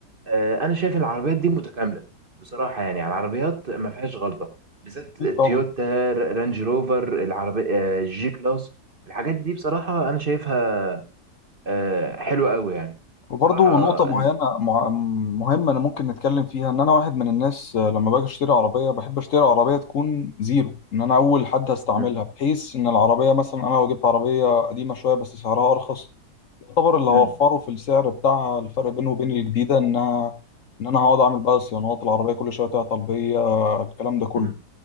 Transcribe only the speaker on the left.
أكيد
طبعا
وبرضه
نقطة معينة
مع- مهمة أنا ممكن نتكلم فيها إن أنا واحد من الناس آه، لما باجي أشتري عربية بحب أشتري عربية تكون زيرو إن أنا أول حد هستعملها
بحيث إن العربية مثلا أنا لو جبت عربية قديمة شوية بس سعرها أرخص يعتبر اللي
هوفره في السعر بتاعها الفرق بينه وبين الجديدة إنها إن أنا هقعد أعمل بقى صيانات العربية كل شوية تعطل بيا آه، الكلام ده كله